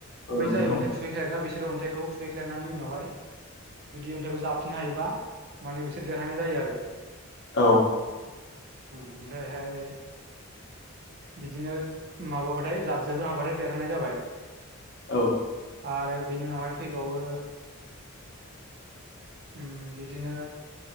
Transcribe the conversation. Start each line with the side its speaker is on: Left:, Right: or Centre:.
Left: औ
Right: बै
Left: नोंथां
Right: जायै
Left: औ
Right: अन्थाइ खुबैथारायग्रा बे खिर अन्थाइखौ खुबफैख्लायनानै उनावहाय जुदि अन्थाइखौ जाफिननो हायोबा माने बिसोर देरहानाय जायो आरो।
Left: औ।
Right: ओं ओमफ्रायहाय। बिदिनो माबाबाथाय जाबजोबनो हाबाथाय देरहानाय जाबाय।
Left: औ।
Right: आरो बेनि उनावहाय फैबावो उम बिदिनो